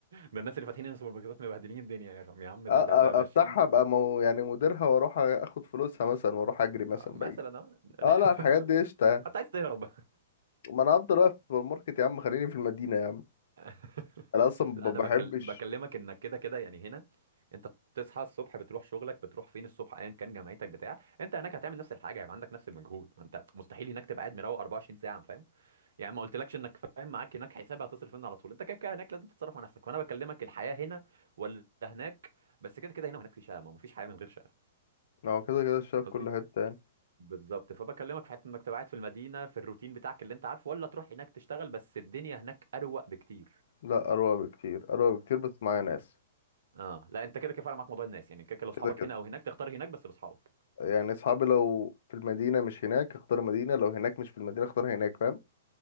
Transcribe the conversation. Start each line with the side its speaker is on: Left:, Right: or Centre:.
Right: ده الناس اللي فاتحين هنا سوبر ماركتات مبهدلين الدنيا يا عم يا عم ده
Left: أ... أ-
Right: ده ده ماشيين
Left: افتحها ابقى مو... يعني مديرها واروح اخد فلوسها مثلا واروح اجري مثلا
Right: مثلا
Left: بعيد
Right: اه
Left: اه لا الحاجات دي قشطه
Right: <laughs>
Left: يعني
Right: انت عايز تهرب
Left: ما انا هفضل واقف في السوبر ماركت يا عم خليني في المدينه يا عم
Right: <laughs>
Left: انا اصلا ما
Right: لا انا
Left: بحبش
Right: بكل... بكلمك انك كده كده يعني هنا انت بتصحى الصبح بتروح شغلك بتروح فين الصبح ايا كان جامعتك بتاع انت هناك هتعمل نفس الحاجه هيبقى عندك نفس المجهود ما انت مستحيل هناك تبقى قاعد مروق 24 ساعه فاهم يعني ما قلتلكش انك فاهم معاك هناك حساب هتصرف منه على طول انت كده كده هناك لازم تتصرف على نفسك فانا بكلمك الحياه هنا ولا هناك بس كده كده هنا وهناك في شقه ما مفيش حياه من غير شقه
Left: هو كده كده شايف
Right: فاهم قصدي
Left: كل حته يعني
Right: بالظبط فبكلمك في حته انك تبقى قاعد في المدينه في الروتين بتاعك اللي انت عارفه ولا تروح هناك تشتغل بس الدنيا هناك اروق بكتير
Left: لا اروق بكتير اروق بكتير بس معايا ناس
Right: اه لا انت كده كده فعلا معاك موضوع الناس يعني كده كده لو اصحابك
Left: كده كده
Right: هنا او هناك تختار هناك بس باصحابك
Left: يعني اصحابي لو في المدينه مش هناك اختار مدينه لو هناك مش في المدينه اختار هناك فاهم